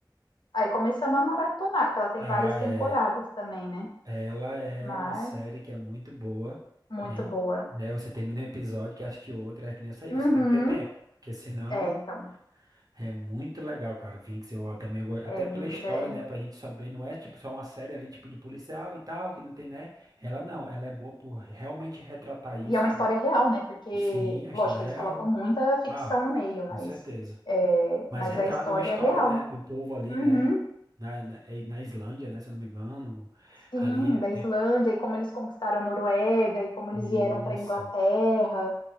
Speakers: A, on the left; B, on the right.
A: aí começamos a maratonar, porque ela tem
B: Ah,
A: várias
B: é.
A: temporadas também, né?
B: Ela é
A: Mas
B: uma série que é muito boa.
A: muito
B: né? E,
A: boa.
B: né, você termina um episódio, quer assistir outro, é que nem essa aí,
A: Uhum.
B: você tem que ter tempo. Porque senão
A: É, então,
B: é muito legal, cara. Vinx, eu também eu go- até
A: é, Vinx
B: pela história,
A: é.
B: né? Pra gente saber, não é tipo só uma série ali, tipo de policial e tal, que não tem, né? Ela não, ela é boa por realmente retratar isso.
A: E é uma história real, né? Porque,
B: Sim, a história
A: lógico,
B: real.
A: eles colocam muita ficção
B: Ah,
A: no meio, mas,
B: com certeza.
A: é,
B: Mas
A: mas
B: retrata
A: a história
B: uma história,
A: é real.
B: né? Do povo ali,
A: Uhum.
B: né? Na, na, é, na Islândia, né? Se eu não me engano.
A: Sim,
B: Ali é o
A: da
B: tempo.
A: Islândia, e como eles conquistaram a Noruega, e como eles
B: Isso.
A: vieram para a Inglaterra.